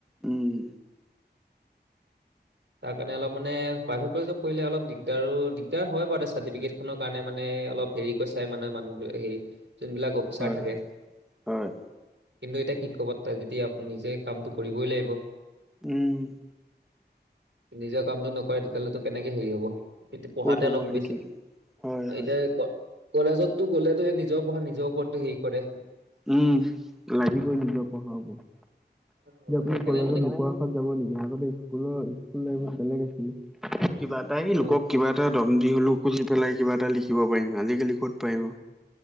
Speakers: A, in the centre; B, on the right.
A: উম।
B: তাৰ কাৰণে অলপ মানে প্ৰাইভেট কলেজত পঢ়িলে অলপ দিগদাৰো, দিগদাৰ হয় বাৰু চাৰ্টিফিকেটখনৰ কাৰণে মানে অলপ হেৰি কৈ চাই মানে মানুহবিলা, হেৰি যোনবিলাক অফিচাৰ
A: হয়,
B: থাকে।
A: হয়,
B: কিন্তু
A: হয়,
B: এতিয়া কি ক'ব তা যদি আপুনি নিজে কামটো কৰিবই লাগিব।
A: উম।
B: নিজৰ কামটো নকৰে, তেতিয়াহ'লেতো কেনেকে হেৰি হব? কিন্তু পঢ়াতে
A: ক'ত হ'ব
B: অলপ
A: সেইটোৱেটো।
B: বেছি,
A: হয়, হয়,
B: এতিয়া ক কলেজটো গ'লে নিজৰ পঢ়া নিজৰ ওপৰত হেৰি কৰে।
A: উম লাগিবই নিজৰ পঢ়াবোৰ। এতিয়া
B: অ
A: আপুনি
B: সেইকাৰণে
A: কলেজত
B: মানে
A: লোকৰ আশাত যাব নি, আগতে স্কুলৰ স্কুল লাইফত বেলেগ আছিল, কিবা এটা এই
B: অ
A: লোকক কিবা এটা দম দি হ'লেও সুধি পেলাই কিবা এটা লিখিব পাৰিম, আজিকালি ক'ত পাৰিব।